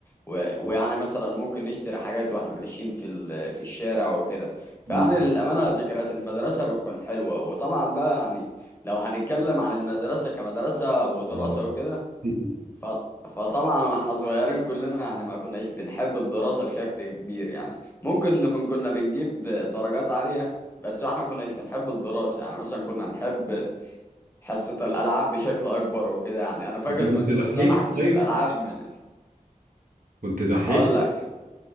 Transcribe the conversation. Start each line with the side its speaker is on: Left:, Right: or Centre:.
Left: و... ويعني مثلا ممكن نشتري حاجات واحنا ماشيين في ال... في الشارع وكده فيعني
Right: مم.
Left: للأمانة ذكريات المدرسة بتكون حلوة وطبعا بقى يعني لو هنتكلم عن المدرسة كمدرسة ودراسة
Right: آه.
Left: وكده
Right: <laughs>
Left: ف... فطبعا واحنا صغيرين كلنا يعني ما كناش بنحب الدراسة بشكل كبير يعني ممكن نكون كنا بنجيب درجات عالية بس واحنا ما كناش بنحب الدراسة يعني مثلا كنا نحب حصة الألعاب بشكل أكبر وكده يعني أنا فاكر
Right: أنت كنت
Left: كنت
Right: دحيح
Left: بستنى حصة
Right: طيب
Left: الألعاب من ال-
Right: كنت دحيح
Left: هقول لك